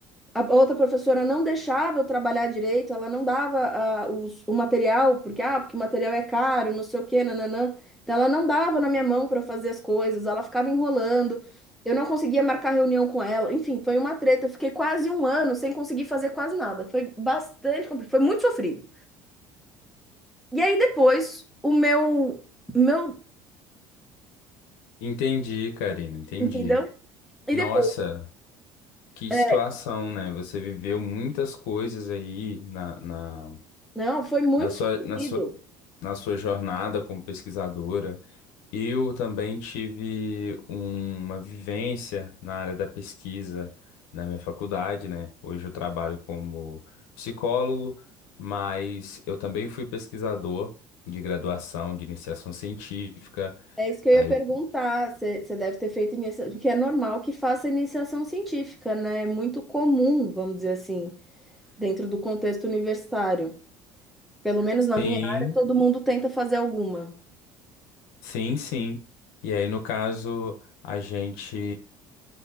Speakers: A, in the centre; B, on the left (about 80°).
A: A outra professora não deixava eu trabalhar direito, ela não dava ah, os- o material, porque, ah, porque o material é caro, não sei o quê, nananã. Então, ela não dava na minha mão para eu fazer as coisas, ela ficava enrolando, eu não conseguia marcar reunião com ela. Enfim, foi uma treta, eu fiquei quase um ano sem conseguir fazer quase nada. Foi bastante complicado, foi muito sofrido. E aí, depois, o meu, meu,
B: entendi, Karina, entendi.
A: entendeu? E
B: Nossa,
A: depois,
B: que
A: é,
B: situação, né? Você viveu muitas coisas aí na, na,
A: não, foi muito
B: na sua,
A: sofrido.
B: na sua, na sua jornada como pesquisadora. Eu também tive um- uma vivência na área da pesquisa na minha faculdade, né? Hoje eu trabalho como psicólogo, mas eu também fui pesquisador de graduação, de iniciação científica.
A: É isso que eu
B: Aí
A: ia perguntar.
B: eu
A: Você você deve ter feito iniciação, porque é normal que faça iniciação científica, né? É muito comum, vamos dizer assim, dentro do contexto universitário. Pelo menos
B: Sim,
A: na minha área, todo mundo tenta fazer alguma.
B: sim, sim. E aí, no caso, a gente,